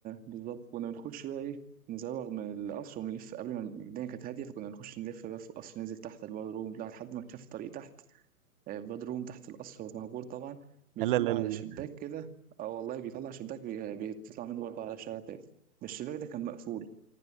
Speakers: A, on the right; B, on the right.
A: بالظبط كنا بنخش بقى ايه نزوغ من القصر ونلف قبل ما الدنيا كانت هاديه فكنا نخش نلف بقى في القصر ننزل تحت الباد روم لا، لحد ما اكتشفت طريق تحت آه، الباد روم تحت القصر مهجور طبعا بيطلع
B: لا لا لا
A: على
B: لا
A: شباك كده اه والله بيطلع شباك بي... بيطلع منه برضه على شارع تاني الشباك ده كان مقفول